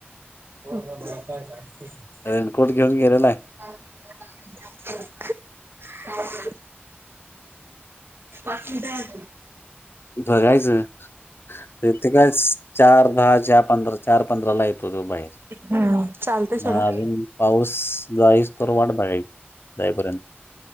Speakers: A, on the right; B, on the left.
A: हो ब का. <unintelligible>
B: रेनकोट घेऊन गेलेला आहे.
A: ह <unintelligible> पाकीध <unintelligible>
B: बघायचं. तर तेे काय चार-दहा, चार-पंधरा, चार-पंधरा ला येतो तो बाहेर.
A: हम चालतय सोडा.
B: मग
A: <inaudible>
B: अजून पाऊस जाईस तर वाट बघायची. जाईपर्यंत